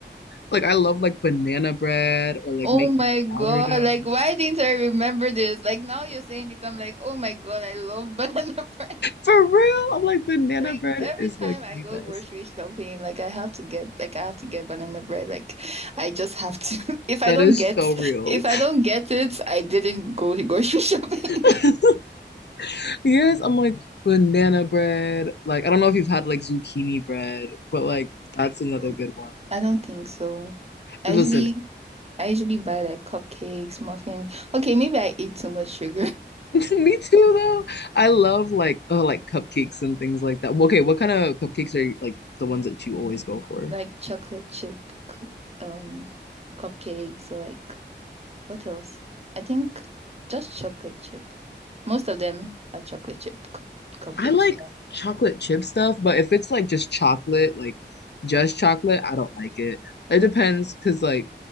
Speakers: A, on the left; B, on the right.
A: Like I love like banana bread or like
B: Oh
A: making
B: my God,
A: sourdough.
B: like why didn't I remember this? Like now you're saying it, I'm like, oh my God, I love <laughs> banana bread.
A: For real, I'm like banana
B: Like
A: bread
B: every
A: is
B: time
A: like
B: I
A: the
B: go
A: best.
B: grocery shopping, like I have to get like I have to get banana bread. Like I just have to. <laughs> If I
A: That
B: don't
A: is
B: get
A: so real.
B: if I don't get it, I didn't go grocery <laughs> shopping.
A: <laughs> Yes, I'm like banana bread. Like I don't know if you've had like zucchini bread, but like that's another
B: I
A: good one.
B: I don't think so. I
A: Listen,
B: usually I usually buy like cupcakes, muffins. Okay, maybe I eat too much sugar. <laughs>
A: <laughs> me too though. I love like uh like cupcakes and things like that. Well, Okay, what kind of cupcakes are you, like the ones that you always go for?
B: Like chocolate chip cu- um cupcakes or like what else? I think just chocolate chip. Most of them are chocolate chip cu- cupcakes.
A: I like
B: Yeah.
A: chocolate chip stuff, but if it's like just chocolate, like just chocolate, I don't like it. It depends because like